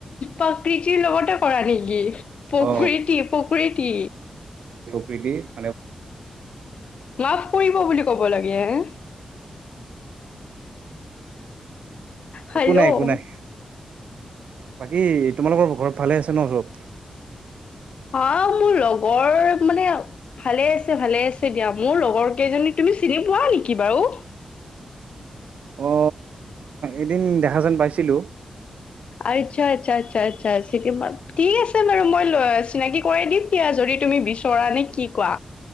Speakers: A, on the left (about 60°); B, on the right (about 85°).
A: পকৰি চি লবতে কৰা নেকি পুখুৰী
B: অ
A: তি পুখুৰী তি
B: প্ৰতি
A: মাফ কৰিব বুলি ক'ব লাগে হে হেল্ল'
B: একো নাই একো নাই ব ব কি তোমালোকৰ ঘৰত ভালে আছে ন চব
A: অ মোৰ লগৰ মানে ভালে আছে ভালে আছে দিয়া মোৰ লগৰ কেইজনী তুমি চিনি পোৱা নেকি বাৰু
B: অ এদিন দেখা যেন পাইছিলো।
A: আচ্ছা আচ্ছা আচ্ছা আচ্ছা <unintelligible> ঠিক আছে বাৰু মই চিনাকি কৰাই দিম দিয়া যদি তুমি বিচৰা নে কি কোৱা।